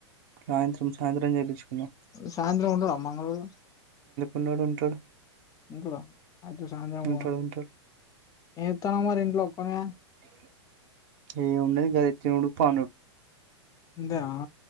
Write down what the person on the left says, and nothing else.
సాయంత్రం ఉంటాడా మంగళోళ్ళు
ఇంట్లో అయితే సాయంత్రం
ఏ చేత్తానవ్ మరి ఇంట్లో ఒక్కనివే
అంతేనా